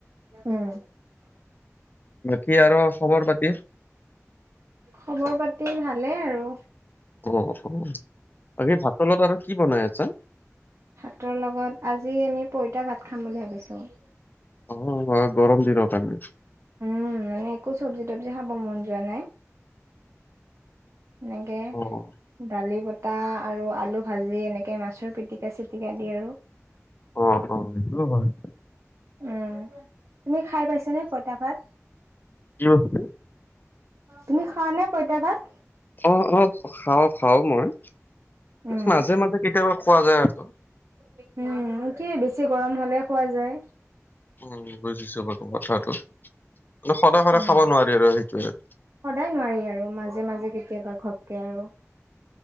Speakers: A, on the right; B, on the left.
A: উম।
B: বাকী আৰু খবৰ পাতি।
A: খবৰ পাতি ভালে আৰু
B: অ বাকী ভাত পানীৰ লগত আৰু কি বনাই আছা।
A: ভাতৰ লগত আজি আমি পঁইতাভাত খাম বুলি ভাবিছোঁ।
B: অ গৰম দিনৰ কাৰণে,
A: উম মানে একো চবজি-তবজি খাব মন যোৱানাই। এনেকে
B: অ
A: দালি ভ <unintelligible> আৰু আলু-ভাজি এনেকে মাছৰ পিটিকা-চিটিকা দি আৰু
B: অ অ সেইটোয়ো হয়।
A: উম তুমি খাই পাইছানে পঁইতাভাত।
B: কিয় <unintelligible>
A: তুমি খোৱানে পঁইতাভাত।
B: অ অ খাওঁ খাওঁ মই
A: উম,
B: মাজে মাজে কেতিয়াবা খোৱা যায় আৰু
A: উম, সেইটোৱে বেছি গৰম হ'লে খোৱা যায়।
B: উম, বুজিছো বাৰু কথাটো। মানে সদায় সদায়
A: উম,
B: খাব নোৱাৰি আৰু সেইটোয়ে।
A: সদায় নোৱাৰি আৰু। মাজে মাজে কেতিয়াবা ঘপকে আৰু।